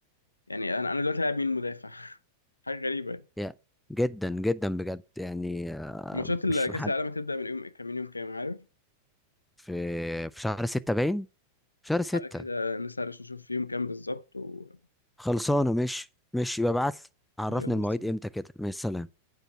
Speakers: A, on the left; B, in the centre.
A: يعني أنا أنا دلوقتي لاعب مين مدافع <laughs> حاجة غريبة
B: يا جدا جدا بجد يعني آه،
A: ماتشات ال-
B: مش
A: كأس
B: محد
A: العالم هتبدأ من يوم كام من يوم كام عارف
B: في في شهر ستة باين شهر ستة
A: تعالى كده نسهرش نشوف في يوم كام بالظبط وماشي
B: خلصانه مش مش يبقى ابعت لي عرفني
A: يلا
B: المواعيد
A: سلام.
B: امتى كده مع السلامه